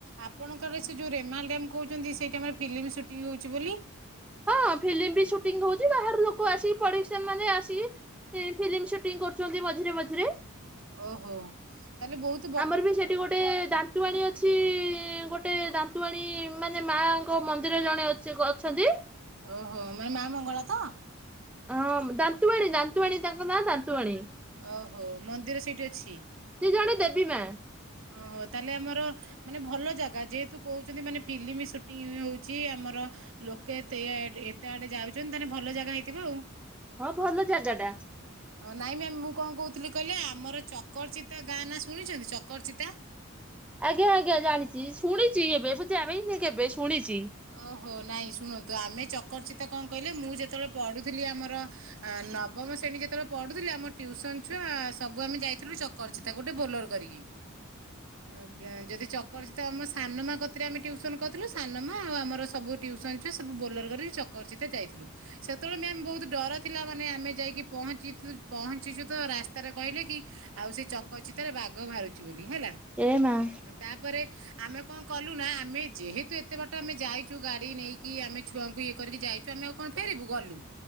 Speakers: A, on the right; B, in the centre.
A: ଆପଣଙ୍କର ସେ ଯୋଉ ରେମହାଳ ଡ୍ୟାମ କୋହୁଚନ୍ତି ସେଇଠି ଆମର ଫିଲିମ ସୁଟିଂ ହୋଉଚି ବୋଲି।
B: ହଁ ଫିଲିମ ବି ସୁଟି ହୋଉଚି ବାହାର ଲୋକ ଆସିକି ପଡିସା ମାନେ ଆସିକି ଫିମ୍ ଫିଲିମ ସୁଟିଂ କରୁଚନ୍ତି ମଝିରେ ମଝିରେ।
A: ଓହୋ ତାହେଲେ ବୋହୁତ।
B: ଆମର ବି ସେଠି ଗୋଟେ ଦା ଦନ୍ତୁବାଣୀ ଅଛି ଗୋଟେ ଦାନ୍ତୁବାଣୀ ମାନେ ମାଙ୍କ ମନ୍ଦିର ଜଣେ ଅଛେ କ ଅଛନ୍ତି।
A: ଓହୋ ମାନେ ମାଆ ମଙ୍ଗଳା ତ?
B: ହଁ ଦାନ୍ତୁଆଣୀ ଦାନ୍ତୁଆଣୀ ତାଙ୍କ ନାଁ ଦାନ୍ତୁଆଣୀ
A: ଓହୋ ମନ୍ଦିର ସେଇଠି ଅଛି?
B: ସିଏ ଜଣେ ଦେବୀ ମାଆ।
A: ଓହୋ ତାହେଲେ ଆମର ମାନେ ଭଲ ଜାଗା ଯେହେତୁ କୋହୁଚନ୍ତି ମାନେ ଫିଲ୍ମ ସୁଟିଂ ହୋଉଚି ଆମର ଲୋକେ ଏତେ ଇଏଆଡ ଏତେ ଆଡେ ଯାଉଚନ୍ତି ତାହେଲେ ଭଲଜାଗା ହେଇଥିବ ଆଉ।
B: ହଁ ଭଲ ଜାଗାଟା।
A: ହଁ ନାଇଁ ମ୍ୟାମ୍ ମୁଁ କଣ କୋହୁଥୁଲି କହିଲେ ଆମର ଚକରଚିତା ଗାଁ ନା ଶୁଣିଚନ୍ତି ଚ ଚକରଚିତା?
B: ଆଜ୍ଞା ଆଜ୍ଞା ଜାଣିଚି ଶୁଣିଚି ଏବେ ମୁଁ ଯାବିନି କେବେ ଶୁଣିଚି।
A: ଓହୋ ନାଇଁ ଶୁଣନ୍ତୁ ଆମେ ଚକରଚିତା କଣ କହିଲେ ମୁଁ ଯେତେବେଳେ ପଢୁଥିଲି ଆମର ଆ ନବମ ଶ୍ରେଣୀ ଯେତେବେଳେ ପଢୁଥିଲି ଆମର ଟ୍ୟୁସନ ଛୁଆ ସବୁ ଆମେ ଯାଇଥିଲୁ ଚକରଚିତା ଗୋଟେ ବୋଲର କରିକି। ଆଜ୍ଞା ଯଦି ଚକରଚିତା ଆମ ସାନମାଆ କତିରେ ଆମେ ଟ୍ୟୁସନ କରିଥୁଲୁ ସାନ ବାପ ମାଆ ଆଉ ଆମର ସବୁ ଟ୍ୟୁସନ ଛୁଆ ସବୁ ବୋଲୋର କରିକି ଚକରଚିତା ଯାଇଥିଲୁ। ସେତେବେଳେ ବି ଆମେ ବୋହୁତ ଡର ଥିଲା ମାନେ ଆମେ ଯାଇକି ପହଞ୍ଚି ତୁ ପହଞ୍ଚିଚି ତ ରାସ୍ତାରେ କହିଲେ କି ଆଉ ସେ ଚକଚିତାରେ ବାଘ ବାହାରୁଚି। ବାହାରୁଚି ବୋଲି ହେଲା
B: ଏ ମା
A: ନା ତାପରେ ଆମେ କଣ କଲୁ ନା ଆମେ ଯେହେତୁ କେତେ ବାଟ ଆମେ ଯାଇଚୁ ଗାଡି ନେଇକି ଆମେ ଛୁଆଙ୍କୁ ଇଏ କରିକି ଯାଇଚୁ ଆମେ ଆଉ କଣ ଫେରିବୁ ଗଲୁ।